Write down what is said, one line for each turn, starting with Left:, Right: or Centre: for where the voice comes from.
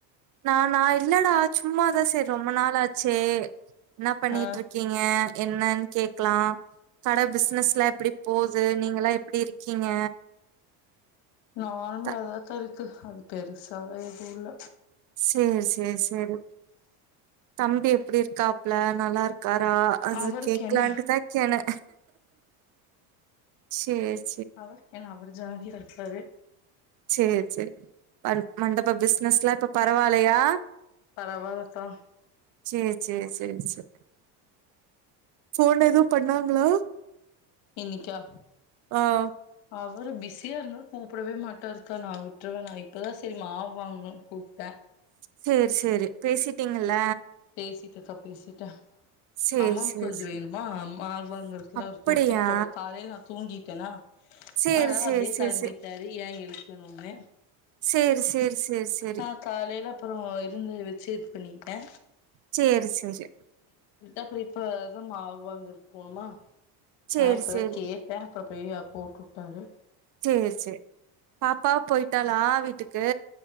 Right: நானா இல்லடா சும்மாதான் சேரி ரொம்ப நாளா ஆச்சே என்ன பண்ணிட்டு
Left: ஆ
Right: இருக்கீங்க என்னன்னு கேக்கலாம் கடை பிஸ்னஸ் லைப்லா எப்டி போது நீங்க எல்லாம் எப்டி இருக்கீங்க
Left: நார்மலாதாக்கா
Right: த
Left: இருக்கு அது பெருசு அதா எதுல்ல
Right: சேரி சேரி சேரி தம்பி எப்டி இருக்காப்ல நல்லா இருக் க்காரா அது
Left: அவருக்கு
Right: கேக்கலான்டுகேன
Left: என்ன
Right: செரி
Left: அவருக்கென்ன அவர் ஜாலியா சரி
Right: சேர் சேர் ப மண்டப பிஸ்னஸ்லா இப்ப பரவாலையா
Left: பரவால்லக்கா
Right: சேரி சேரி சேரி சேரி போன் ஏதும் பண்ணாங்களா
Left: இன்னிக்கா
Right: ஆ
Left: அவரு பிஸியா இருந்தா கூப்டவே மாட்டாருக்கா நா சுற்றவேணா இப்பதா சரி மாவு வாங்கணு கூப்ட
Right: சேர் சேரி பேசிட்டீங்கல்ல
Left: பேசிப் இருக்க பேசீட்ட
Right: சேரி
Left: அமௌண்ட்
Right: சேரி
Left: கொஞ்ச
Right: சேரி
Left: வேணுமா அம்ம அவுங்களுக்லா
Right: அப்படியா
Left: குடுத்துட்டு போல காலையிலே நா தூங்கிட்டேனா
Right: சேரி
Left: அதனால
Right: சேரி
Left: அப்டியே
Right: சேரி
Left: கெளம்பிட்டாரு ஏ எது <inaudible>
Right: சேரி சேரி சேரி சேரி
Left: ஆ காலையில அப்ற இருந்துத வ செத் பண்ணிட்டே
Right: சேரி சேரி
Left: அப்ற இப்ப தா மாவு வாங்கரதுக்கு போனோமா
Right: சேரி
Left: ஆ இப்பதா
Right: சேரி
Left: கேட்டே அப் ப்பயே அப்போ கூப்டாரு
Right: சேரி சேரி பாப்பா போயிட்டாளா வீட்டுக்கு